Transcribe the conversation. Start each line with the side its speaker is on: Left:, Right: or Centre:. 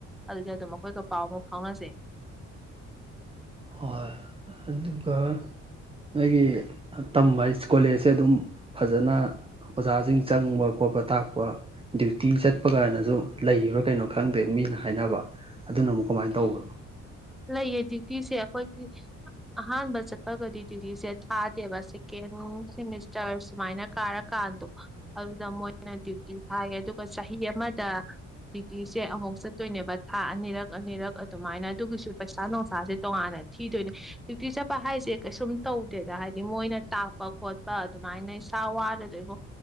Centre: ꯑꯗꯨꯗ ꯑꯗꯨꯝ ꯑꯈꯣꯏꯒ ꯄꯥꯎ ꯑꯃꯨꯛ ꯐꯥꯎꯅꯖꯦ
Right: ꯍꯣꯏ ꯑꯗꯨꯒ ꯅꯣꯏꯒꯤ ꯇꯝꯕ ꯍꯥꯏ ꯀꯣꯂꯦꯖꯁꯦ ꯑꯗꯨꯝ ꯐꯖꯅ ꯑꯣꯖꯥꯁꯤꯡ ꯆꯪꯕ ꯈꯣꯠꯄ ꯇꯥꯛꯄ ꯗ꯭ꯌꯨꯇꯤ ꯆꯠꯄ ꯀꯥꯏꯅꯁꯨ ꯂꯩꯕ꯭ꯔꯥ ꯀꯩꯅꯣ ꯈꯪꯗꯦ ꯃꯤꯅ ꯍꯥꯏꯅꯕ ꯑꯗꯨꯅ ꯑꯃꯨꯛ ꯀꯃꯥꯏꯅ ꯇꯧꯕꯅꯣ
Centre: ꯂꯩꯌꯦ ꯗ꯭ꯌꯨꯇꯤꯁꯦ ꯑꯈꯣꯏꯒꯤ ꯑꯍꯥꯟꯕ ꯆꯠꯄꯒꯗꯤ ꯗ꯭ꯌꯨꯇꯤꯁꯦ ꯊꯥꯗꯦꯕ ꯁꯦꯀꯦꯟ ꯁꯦꯃꯤꯁꯇꯔ ꯁꯨꯃꯥꯏꯅ ꯀꯥꯔꯀꯥꯟꯗꯣ ꯑꯗꯨꯗ ꯃꯣꯏꯅ ꯗ꯭ꯌꯨꯇꯤ ꯊꯥꯏꯌꯦ ꯑꯗꯨꯒ ꯆꯍꯤ ꯑꯃꯗ ꯗ꯭ꯌꯨꯇꯤꯁꯦ ꯑꯃꯨꯛ ꯆꯠꯇꯣꯏꯅꯦꯕ ꯊꯥ ꯑꯅꯤꯔꯛ ꯑꯅꯤꯔꯛ ꯑꯗꯨꯃꯥꯏꯅ ꯑꯗꯨꯒꯤꯁꯨ ꯄꯩꯁꯥ ꯅꯨꯡꯁꯥꯁꯦ ꯇꯣꯉꯥꯟꯅ ꯊꯤꯗꯣꯏꯅꯦ ꯗ꯭ꯌꯨꯇꯤ ꯆꯠꯄ ꯍꯥꯏꯁꯦ ꯀꯩꯁꯨꯝ ꯇꯧꯗꯦꯗ ꯍꯥꯏꯗꯤ ꯃꯣꯏꯅ ꯇꯥꯛꯄ ꯈꯣꯠꯄ ꯑꯗꯨꯃꯥꯏꯅꯦ ꯏꯁꯥ ꯋꯥꯗ <unintelligible> ꯗꯣꯏ